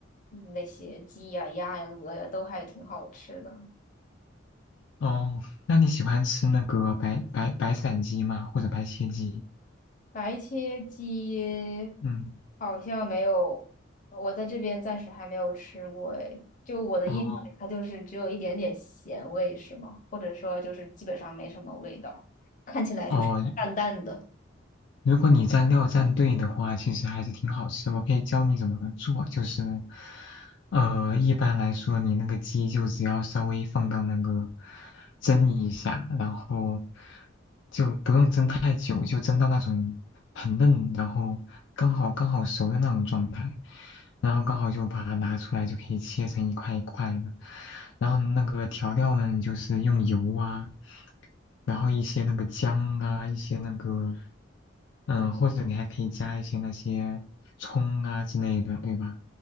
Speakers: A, on the left; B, on the left.
A: 嗯那些鸡呀、鸭呀、鹅呀，都还挺好吃的。
B: 哦，那你喜欢吃那个白白白斩鸡吗？或者白切鸡？
A: 白切鸡
B: 嗯，
A: 好像没有，我在这边暂时还没有吃过诶。就我的印象里，
B: 哦
A: 它就是只有一点点咸味，是吗？或者说就是基本上没什么味道，看起来就是淡淡的。
B: 哦，如果你蘸料蘸对的话，其实还是挺好吃。我可以教你怎么做，就是，呃，一般来说，你那个鸡就只要稍微放到那个蒸一下，然后就不用蒸太久，就蒸到那种很嫩，然后刚好刚好熟的那种状态，然后刚好就把它拿出来，就可以切成一块一块的。然后那个调料呢，你就是用油啊，然后一些那个姜啊，一些那个。嗯、呃或者你还可以加一些那些葱啊之类的，对吧？